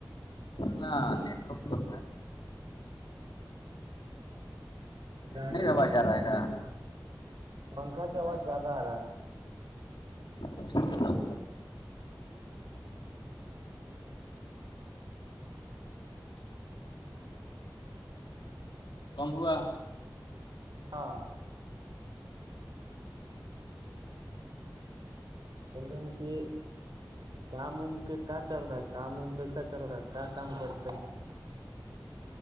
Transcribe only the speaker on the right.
گاڑی
وڑی
میں
چل
رہے
ہیں س پنکھا کی
آواز زیادہ آ رہا ہے
ہاں بول رہے ہیں نا کہ کام وم کے کیا چل رہا ہے کام وم کیسا چل رہا ہے کیا کام کرتے ہیں